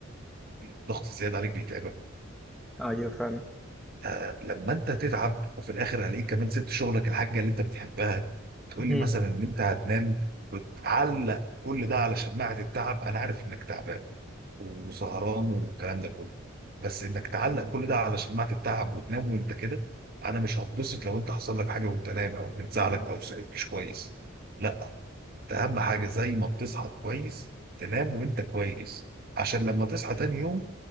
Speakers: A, on the right (about 45°); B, in the centre.
A: الضغط الزيادة عليك بيتعبك
B: أيوه فاهم
A: آه لما انت تتعب وفي الاخر هلاقيك كمان سبت شغلك الحاجه اللي انت بتحبها تقول
B: مم.
A: لي مثلا ان انت هتنام وتعلق كل ده على شماعه التعب انا عارف انك تعبان وسهران والكلام ده كله بس انك تعلق كل ده على شماعه التعب وتنام وانت كده انا مش هتبسط لو انت حصل لك حاجه وانت نايم او بتزعلك او صحيت مش كويس لا ده اهم حاجه زي ما بتصحى كويس تنام وانت كويس عشان لما تصحى تاني يوم